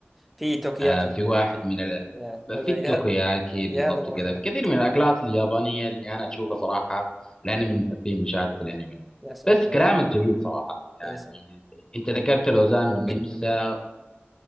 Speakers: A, in the centre; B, on the left.
A: في توكياكي
B: آه، في واحد من ال...
A: يعني هذا
B: في التوكوياكي
A: يا, يا
B: بالضبط
A: هذا مرة
B: كذا
A: حلو
B: في كثير من الاكلات اليابانيه اللي انا اشوفها صراحه لاني من محبين مشاهده الانمي
A: يا سلام
B: بس كلامك
A: هي
B: جميل صراحه يعني
A: هي صح
B: انت ذكرت لوزان والنمسا
A: <clears throat>